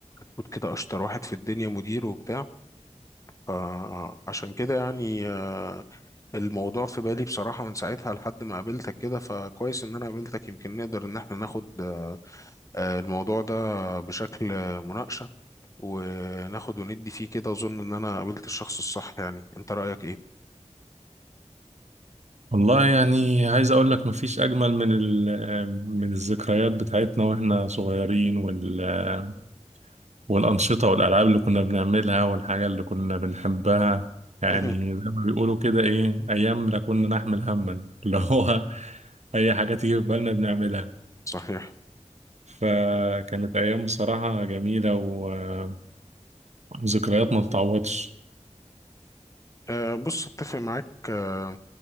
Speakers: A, on the left; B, on the right.
A: كنت كده أشطر واحد في الدنيا مدير وبتاع فعشان كده يعني آه، الموضوع في بالي بصراحة من ساعتها لحد ما قابلتك كده فكويس إن أنا قابلتك يمكن نقدر إن احنا ناخد آه، الموضوع ده بشكل آه، مناقشة وناخد وندي فيه كده أظن إن أنا قابلت الشخص الصح يعني أنت رأيك إيه؟
B: والله يعني عايز اقول لك مفيش اجمل من ال- آه، من الذكريات بتاعتنا واحنا صغيرين وال آه، والانشطه والالعاب اللي كنا بنعملها والحاجه اللي كنا بنحبها يعني
A: مهم.
B: زي ما بيقولوا كده ايه ايام لا كنا نحمل هما اللي هو <laughs> اي حاجه تيجي في بالنا بنعملها
A: صحيح
B: فكانت ايام بصراحه جميله و- وذكريات ما تتعوضش
A: آه، بص أتفق معاك آه،